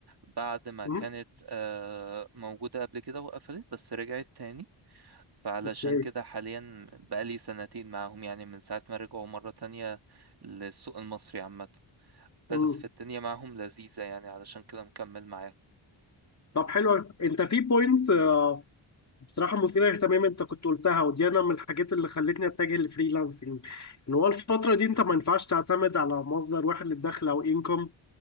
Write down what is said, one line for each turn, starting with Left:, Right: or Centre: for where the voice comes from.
Right: بعد ما
Left: امم
Right: كانت آه، موجودة قبل كده وقفلت بس رجعت تاني فعلشان
Left: اوكي
Right: كده حاليا بقالي سنتين معاهم يعني من ساعة ما رجعوا مرة تانية للسوق المصري عامة بس
Left: امم
Right: في الدنيا معاهم لذيذة يعني علشان كده مكمل معاهم
Left: طب حلو انت في بوينت آه، بصراحة مثيرة للاهتمام انت كنت قلتها ودي انا من الحاجات اللي خلتني اتجه للفريلانسنج ان هو الفترة دي انت ما ينفعش تعتمد على مصدر واحد للدخل او انكم